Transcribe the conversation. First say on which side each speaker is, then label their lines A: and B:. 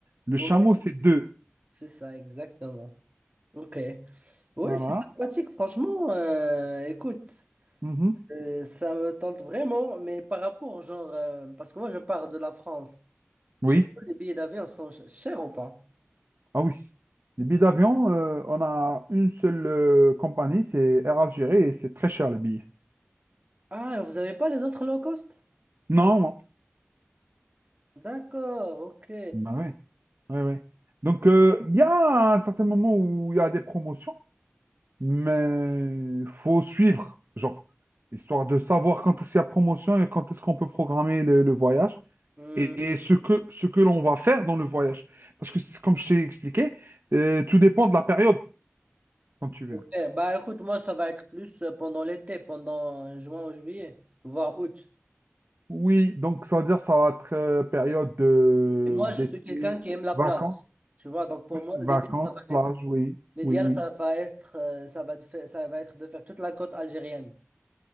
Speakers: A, on the right; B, on the right.
A: Le chameau,
B: Ouais,
A: c'est deux.
B: c'est ça, exactement. Ok. Ouais,
A: Voilà.
B: c'est sympathique, franchement. euh, écoute,
A: Mhm.
B: euh, ça me tente vraiment, mais par rapport, genre, euh, parce que moi, je pars de la France.
A: Oui,
B: Est-ce que les billets d'avion sont ch- chers ou pas?
A: ah oui. Les billets d'avion, euh, on a une seule euh, compagnie, c'est Air Algérie, et c'est très cher les billets.
B: Ah, vous avez pas les autres low cost?
A: Non, non.
B: D'accord, ok.
A: Ben oui, oui, oui. Donc, euh, il y a un certain moment où il y a des promotions. Mais faut suivre, genre, histoire de savoir quand est-ce qu'il y a promotion et quand est-ce qu'on peut programmer le, le voyage
B: Hmm,
A: et, et ce que, ce que l'on va faire dans le voyage. Parce que, c'est- comme je t'ai expliqué, euh, tout dépend de la période quand tu viens.
B: ok. Bah écoute, moi ça va être plus euh, pendant l'été, pendant euh, juin ou juillet, voire août.
A: Oui, donc ça veut dire ça va être euh, période de-
B: Et moi
A: d'été,
B: je suis quelqu'un qui aime la
A: vacances,
B: plage. Tu vois, donc pour
A: oui,
B: moi
A: vacances,
B: l'idéal ça va être
A: plage, oui,
B: l'idéal
A: oui, oui.
B: ça va être euh, ça va de faire- ça va être de faire toute la côte algérienne.